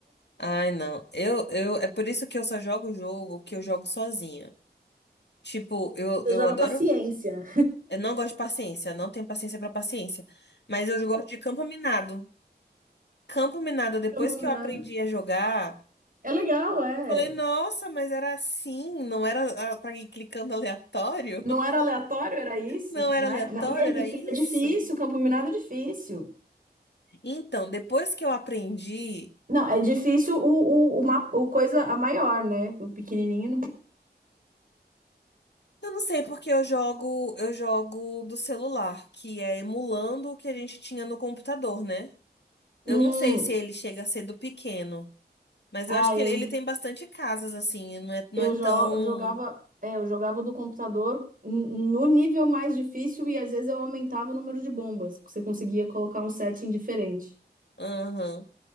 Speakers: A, on the left; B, on the right.
A: Ai, não. Eu, eu, é por isso que eu só jogo o jogo que eu jogo sozinha. Tipo, eu, eu
B: joga
A: adoro.
B: paciência.
A: Eu não gosto de paciência, não tenho paciência pra paciência. Mas eu gosto de campo minado. Campo Minado,
B: <laughs>
A: depois
B: É um pouco
A: que
B: menor.
A: eu aprendi a jogar,
B: É legal, é.
A: eu falei, nossa, mas era assim, não era ah, pra ir clicando aleatório?
B: Não
A: <laughs>
B: era aleatório, era isso,
A: Não era
B: né?
A: aleatório,
B: Na- E é, e
A: era isso?
B: é difícil, campo minado é difícil.
A: Então, depois que eu aprendi,
B: Não, é difícil o, o, o, ma- o coisa a maior, né? O pequenininho. não-
A: eu não sei porque eu jogo, eu jogo do celular, que é emulando o que a gente tinha no computador, né? Eu
B: Hum,
A: não sei se ele chega a ser do pequeno, mas
B: ah,
A: eu acho que
B: eu,
A: ele, ele
B: jo-
A: tem bastante casas assim, não é, não
B: eu,
A: é tão.
B: jo, eu jogava, é, eu jogava do computador n- no nível mais difícil e às vezes eu aumentava o número de bombas, porque você conseguia colocar um setting diferente.
A: Aham.